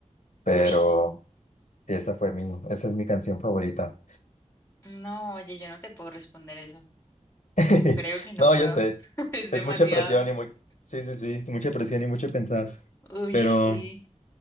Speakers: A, on the left (about 80°); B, on the left (about 15°).
A: pero...
B: Uf.
A: Sí, esa fue mi, esa es mi canción favorita.
B: No, oye, yo no te puedo responder eso.
A: <laughs>
B: Creo que no
A: No,
B: puedo.
A: yo sé.
B: <laughs> Es demasiado.
A: Es mucha presión y muy, sí, sí, sí, mucha presión y mucho pensar.
B: Uy,
A: Pero
B: sí.